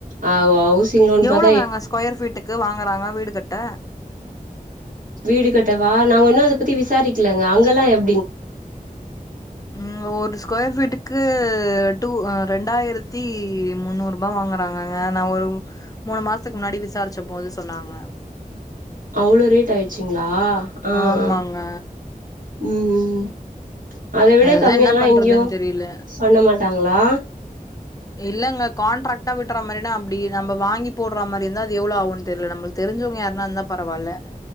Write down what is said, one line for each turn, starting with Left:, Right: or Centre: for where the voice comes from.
Right: ஆ ஹவு சிங் லோன் பாத்
Left: ளோதாங்க ஸ்கொயர் ஃபீட்டுக்கு வாங்கறாங்க வீடு கட்ட?
Right: வீடு கட்டவா நாங்க இன்னு அத பத்தி விசாரிக்கலங்க அங்கெல்லா எப்
Left: ம் ஒரு ஸ்கொயர் ஃபீட்டுக்கு டூ ஆ ரெண்டாயிரத்தி முந்நூறு ருபா வாங்கறாங்கங்க நா ஒரு மூணு மாசத்துக்கு முன்னாடி விசாரிச்ச போது சொன்னாங்க.
Right: அவ்ளோ ரேட் ஆய்டு ச்சுங்களா ஆ ஆ
Left: ஆமாங்க
Right: ம் ம் ம் அத விட
Left: அதுதா
Right: கம்மியால்லா
Left: என்ன பண்றதுன்
Right: எங்கயு
Left: தெரில
Right: பண்ண மாட்டாங்களா?
Left: இல்லங்க கான்ட்ராக்டா விட்ற மாரின்னா அப்டி நம்ம வாங்கிப் போடுறா மாரி இருந்தா அது எவ்ளோ ஆகுன்னு தெரியல நம்மளுக்கு தெரிஞ்சவங்க யாருனா இருந்தா பரவால்ல <inaudible>